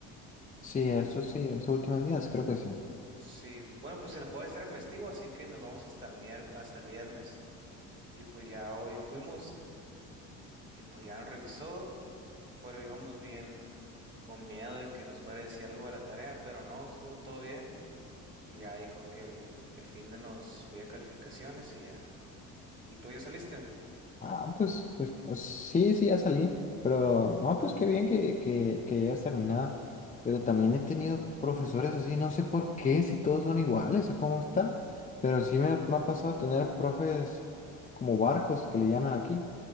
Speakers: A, on the left; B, on the right.
A: Sí, eso sí, esos últimos días, creo que sí.
B: Sí, bueno, pues el jueves era festivo, así que nos vamos hasta el mier- hasta el viernes. Y pues ya hoy fuimos y pues ya nos revisó, pero íbamos bien con miedo de que nos fuera a decir algo de la tarea, pero no, estuvo todo bien. Y ya dijo que el, el fin de nos subía calificaciones y ya. ¿Y tú ya saliste? <laughs>
A: Ah, pues, pues o- sí, sí, ya salí. Pero, no, pues qué bien que, que, que ya hayas terminado. Pero también he tenido profesores así, no sé por qué, si todos son iguales o cómo está. Pero sí me, me ha pasado tener profes como barcos, que le llaman aquí,